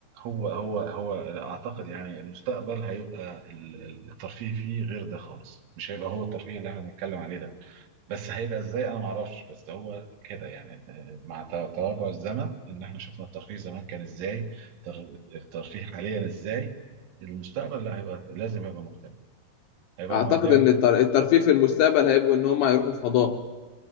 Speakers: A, on the right; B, on the left.
A: هو هو هو اعتقد يعني المستقبل هيبقى ال- ال- الترفيه فيه غير ده خالص مش هيبقى هو الترفيه اللي احنا بنتكلم عليه ده بس هيبقى ازاي انا ما اعرفش بس هو كده يعني آه، مع ت- تراجع الزمن ان احنا شفنا الترفيه زمان كان ازاي تر- الترفيه حاليا ازاي المستقبل لا هيبقى لازم يبقى مختلف هيبقى
B: اعتقد
A: المواضيع
B: ان التر- الترفيه في المستقبل هيبقوا ان هم هيروحوا الفضاء